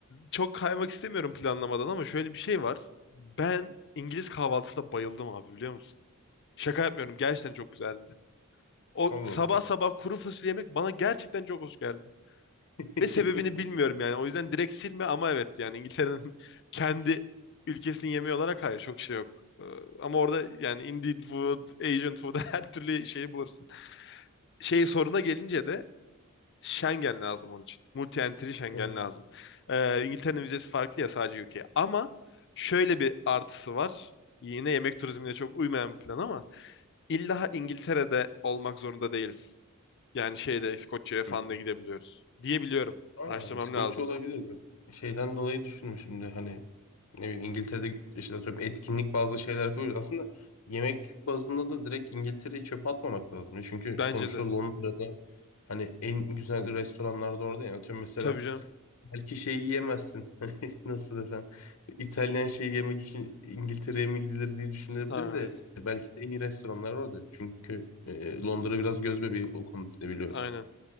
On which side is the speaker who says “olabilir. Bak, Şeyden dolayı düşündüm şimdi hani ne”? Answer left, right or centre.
Left